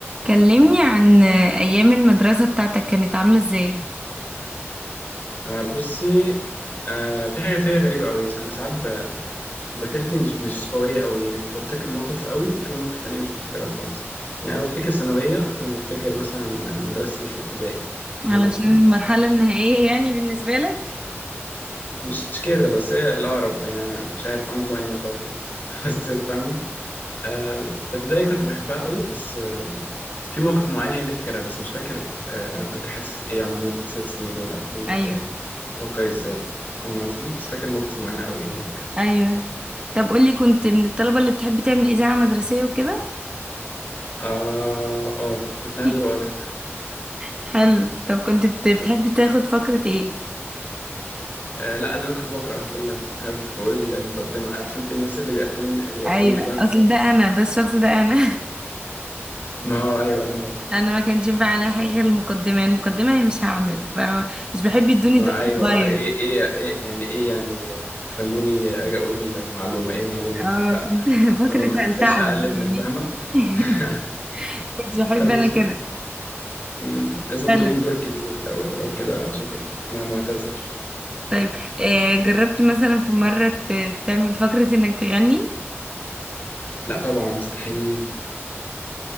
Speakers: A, on the right; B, on the left.
A: كلمني عن أيام المدرسة بتاعتك كانت عاملة ازاي؟
B: آه، بصي آه، في حاجة فيها غريبة أوي أنا ساعات ب- ذاكرتي مش مش قوية أوي يعني بفتكر موقف أوي وفي موقف تاني مش بفتكرها خالص يعني أنا بفتكر ثانوية أكتر ما بفتكر مثلا مدرستي في ابتدائي فاهم
A: علشان
B: قصدي؟
A: المرحلة النهائية يعني بالنسبة لك؟
B: مش كده بس هي الأقرب يعني أنا مش عارف عندي زهايمر بقى ولا إيه <laughs> بس فاهمة آه، ابتدائي كنت بحبها أوي بس آه، في موقف معين هي اللي فاكرها بس مش فاكر آه، أنا كنت حاسس إيه عموما في الست سنين دول أو كنت
A: أيوه
B: آه، بفكر إزاي فاهم قصدي؟ بس فاكر موقف معين أوي هي اللي فاكرها
A: أيوه طب قولي كنت من الطلبة اللي بتحب تعمل إذاعة مدرسية وكده؟
B: اه اه كنت انا
A: <laughs>
B: اللي بقولها
A: حلو طب كنت بت- بتحب
B: كنت...
A: تاخد فقرة ايه؟
B: آه لا انا اللي كنت بقراها كلها انا كنت بقول المقدمه عارف انت الناس اللي بيقدموا اللي بيقدموا
A: أيوه
B: الاذاعه كلها
A: أصل ده أنا ده الشخص ده أنا
B: ما هو ايوه انا دورت
A: <laughs> أنا ما كانش ينفع على حاجة غير المقدمة المقدمة هي مش هعمل ف- مش بحب يدوني
B: ما
A: دور
B: ايوه
A: صغير
B: اه ايه ايه ايه يعني ايه يعني آه، تخلوني اجي اقول معلومه ايه معلومه
A: اه
B: دي لا
A: كنت <laughs> فقرة
B: انا ما بمثلش
A: هل تعلم
B: اقل
A: يعني
B: من فهمه
A: <laughs>
B: <laughs>
A: كنت بحب
B: ده مش
A: أنا كده
B: ده مم. لازم
A: حلو
B: تقوم بدور كبير لو لو كده شكرا انا معتذر
A: طيب آه، جربت مثلا في مرة ت- تعمل فقرة انك تغني
B: لا طبعا مستحيل